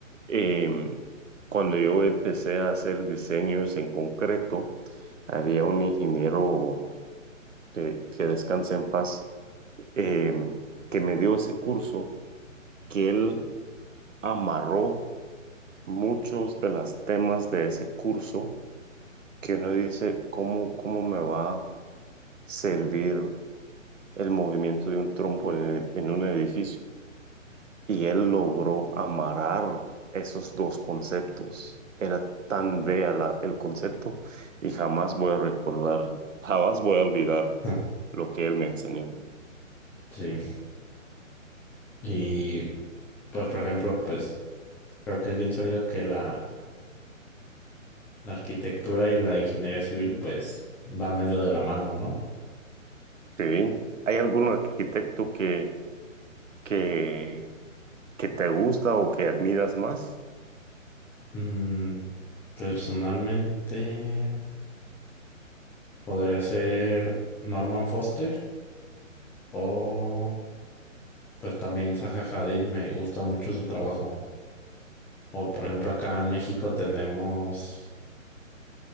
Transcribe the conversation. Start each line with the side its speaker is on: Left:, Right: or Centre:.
Right: Em, cuando yo empecé a hacer diseños en concreto, había un ingeniero que, que descansa en paz, em, que me dio ese curso, que él amarró muchos de los temas de ese curso que uno dice, ¿cómo, cómo me va a servir el movimiento de un trompo en, el- en un edificio? Y él logró amarrar esos dos conceptos. Era tan bella la- el concepto y jamás voy a recordar, jamás voy a olvidar
Centre: ah,
Right: lo que él me enseñó.
Centre: Sí. Y pues, por ejemplo, pues creo que es bien sabido que la, la arquitectura y la ingeniería civil pues van medio de la mano, ¿no?
Right: Sí, ¿hay algún arquitecto que, que, que te gusta o que admiras más?
Centre: Mm, personalmente podría ser Norman Foster o pues también Zaha Hadid, me gusta mucho su trabajo. O
Right: Ujú.
Centre: por ejemplo, acá en México tenemos